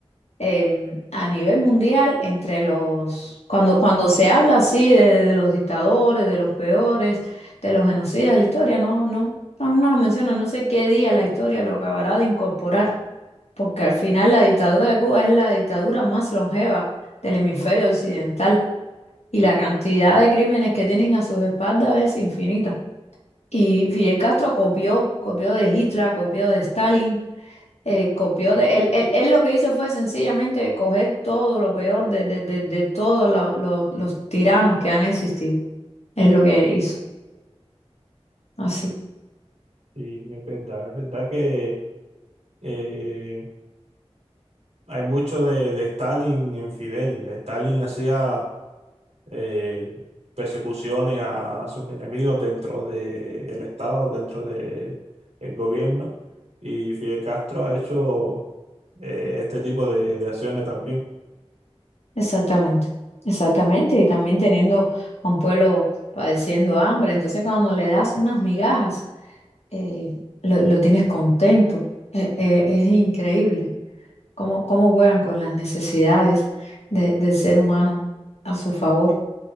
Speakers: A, on the left (about 80°); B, on the right (about 85°).
A: em, a nivel mundial entre los, cuando, cuando se habla así de, de los dictadores, de los peores, de los genocidas de la historia, no, no, aún no lo menciona, no sé qué día la historia lo acabará de incorporar, porque al final la dictadura de Cuba es la dictadura más longeva del hemisferio
B: Mm.
A: occidental y la cantidad de crímenes que tienen a sus espaldas es infinita. Y Fidel Castro copió, copió de Hitler, copió de Stalin eh, copió de él, él, él lo que hizo fue sencillamente coger todo lo peor de, de, de, de todos la- los, los tiranos que han existido. Es lo que hizo. Así,
B: Y es verdad, es verdad que... eh, Hay mucho de, de Stalin en Fidel. Stalin hacía eh, persecuciones a, sus enemigos dentro del Estado, dentro del gobierno. Y Fidel Castro ha hecho eh, este tipo de, de acciones también.
A: exactamente. Exactamente. Y también teniendo a un pueblo padeciendo hambre. Entonces, cuando le das unas migajas, eh, lo, lo tienes contento. Eh, eh, es increíble cómo, cómo juegan con las necesidades de- del ser humano a su favor